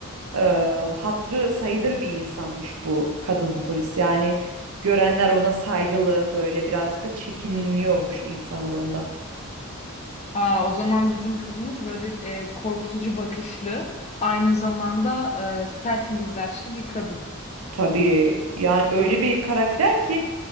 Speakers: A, on the right; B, on the left.
A: e, hatırı sayılır bir insanmış bu kadın polis. Yani görenler ona saygılı böyle birazcık da çekiniyormuş insanlar ondan.
B: Aa, o zaman bizim kızımız böyle e, korkutucu bakışlı, aynı zamanda e, sert mizaçlı bir kadın.
A: Tabii yani öyle bir karakter ki